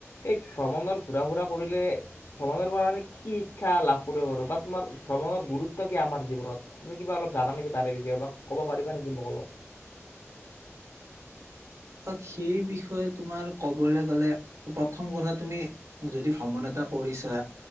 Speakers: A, on the left; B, on the right.
A: এই ভ্ৰমণৰ ঘূৰা ফুৰা কৰিলে ভ্ৰমণৰ পৰা আমি কি শিক্ষা লাভ কৰিব পাৰো বা তোমাৰ ভ্ৰমণৰ গুৰুত্ব কি আমাৰ জীৱনত তুমি কিবা অলপ জানা নেকি তাৰে বিষয়ে বা কব পাৰিবা নেকি মোক অলপ?
B: অ সেই বিষয়ে তোমাৰ কবলৈ গ'লে প্ৰথম কথা তুমি যদি ভ্ৰমণ এটা কৰিছা